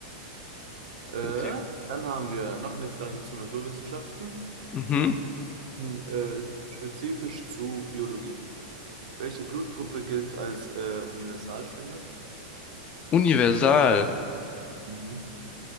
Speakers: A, on the right (about 75°); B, on the left (about 30°).
A: Äh,
B: Okay.
A: dann haben wir noch eine Frage zu Naturwissenschaften,
B: Mhm.
A: in, äh, spezifisch zu Biologie. Welche Blutgruppe gilt als äh, Universalspender?
B: Universal.
A: Mhm.